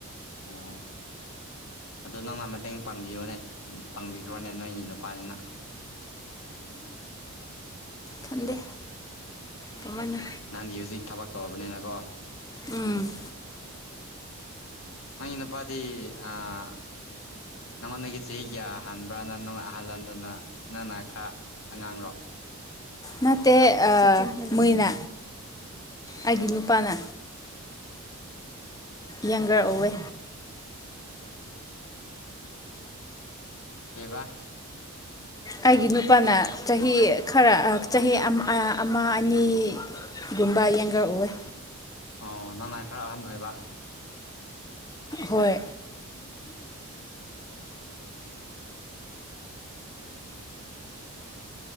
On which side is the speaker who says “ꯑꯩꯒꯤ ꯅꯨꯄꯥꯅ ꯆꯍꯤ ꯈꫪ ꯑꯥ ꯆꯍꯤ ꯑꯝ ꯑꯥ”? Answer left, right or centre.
Left